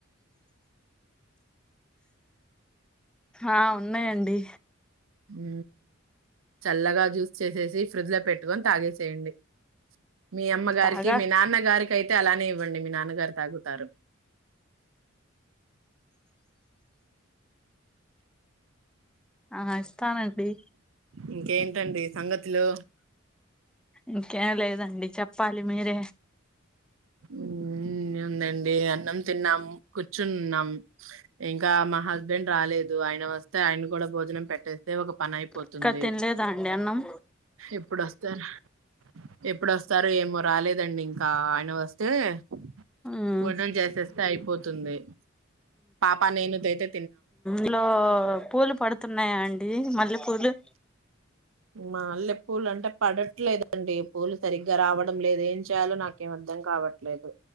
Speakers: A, in the centre; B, on the right (about 80°).
A: ఆ ఉన్నాయండి
B: ఉ చల్లగా జ్యూస్ చేసేసి ఫ్రిడ్జ్ లో పెట్టుకొని తాగేసేయండి మీ అమ్మగారికి
A: తాగా
B: మీ నాన్నగారికి యితే అలానే ఇవ్వండి మీ నాన్నగారు తాగుతారు
A: ఆ చెస్తానండి
B: ఇంకేంటండి సంగతులు
A: ఇంకేం లేదండి చెప్పాలి స మేర
B: ఉ ఉందండి అన్నం తిన్నాం కూర్చున్నాం ఇ ఇకా మా హస్బెండ్ రాలేదు ఆయన వస్తే ఆయన కూడా భోజనం పెట్టేది అదే ఒక పన అయిపోతుంది
A: ఇంకా తినలేదా అండి అన్నం
B: ఎప్పుడుొస్తారు ఎప్పుడుొస్తారు ఏమో రాలేదండి ఇంకా అయన వస్తే <unintelligible>
A: ఉమ్,
B: చేస్తేస్తే అయి అపోతుంది పాప నేను అయితే
A: ఇలో పూలు పడు తున్నాయి అండి మల్లెపూలు
B: మా <unintelligible> పూలు అంటే పడట్లేదండి పూలు సరిగ్గా రావడం లేదు ఏం చేయాలో నాకేం అర్ధం కావట్లేదు